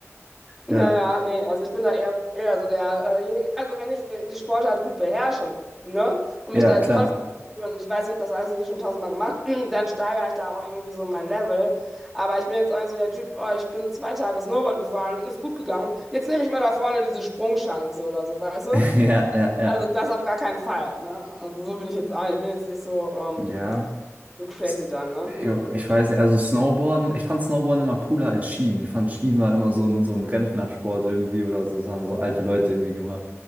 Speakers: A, in the centre; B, on the right.
A: Ja,
B: ja,
A: ja, nee, also ich bin da eher, eher so derjenige, also wenn ich den, die Sportart gut beherrsche, ne, und
B: ja,
A: mich da jetzt
B: klar.
A: konzentriere und ich weiß, ich habe das alles jetzt schon tausendmal gemacht, <clears throat> dann steigere ich da auch irgendwie so mein Level. Aber ich bin jetzt auch nicht so der Typ, oh, ich bin zwei Tage Snowboard gefahren, ist gut gegangen. Jetzt nehme ich mal da vorne diese Sprungchance oder so, weißt du?
B: <laughs> Ja, ja, ja.
A: Also das auf gar keinen Fall, ne? Also so bin ich jetzt auch nicht. Ich bin jetzt nicht so, ähm,
B: Ja.
A: so crazy
B: S-
A: dann, ne?
B: ja, Ich weiß nicht, also Snowboarden, ich fand Snowboarden immer cooler als Skien. Ich fand Skien war immer so ein, so ein Rentnersport irgendwie oder so, das haben so alte Leute irgendwie gemacht.